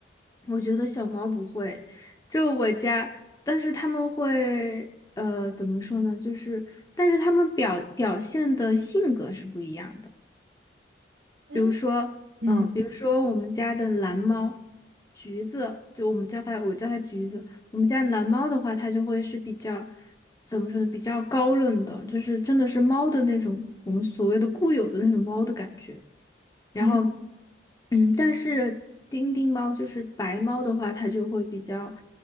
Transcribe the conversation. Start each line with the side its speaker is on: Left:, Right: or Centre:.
Left: 我觉得小猫不会，就我家，但是它们会，呃，怎么说呢？就是，但是它们表表现的性格是不一样的。
Right: 嗯
Left: 比如说，
Right: 嗯
Left: 嗯，比如说我们家的蓝猫，橘子，就我们叫它，我叫它橘子。我们家蓝猫的话，它就会是比较，怎么说呢，比较高冷的，就是真的是猫的那种，我们所谓的固有的那种猫的感觉。然后，
Right: 嗯，
Left: 嗯，但是丁丁猫就是白猫的话，它就会比较